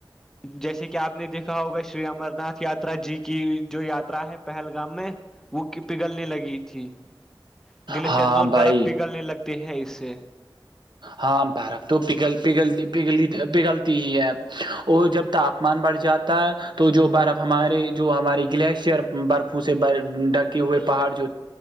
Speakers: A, in the centre; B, on the right.
A: جیسے کہ آپ نے دیکھا ہوگا شری امر ناتھ یاترا جی کی جو یاترا ہے پہلگام میں وہ پگھلنے لگی تھی گلیشئرز
B: ہاں
A: اور
B: بھائی
A: برف پگھلنے لگتے ہیں اس سے
B: ہاں برف تو پگل پگل پگلی پگلتی ہی ہے وہ جب تاپمان بڑھ جاتا ہے تو جو برف ہمارے جو ہماریے گلیشیئر برفوں سے ڈھکے ہوئے پہاڑ جو